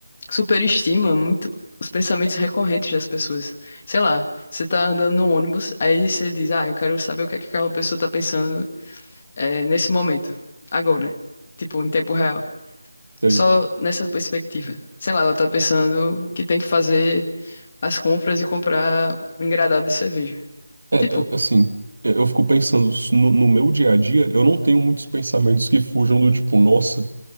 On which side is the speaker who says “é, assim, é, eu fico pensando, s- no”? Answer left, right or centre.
Right